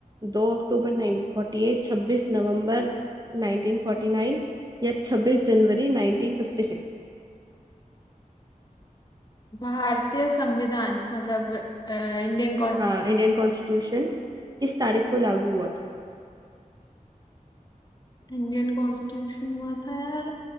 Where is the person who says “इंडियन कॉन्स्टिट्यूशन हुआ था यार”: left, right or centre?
Left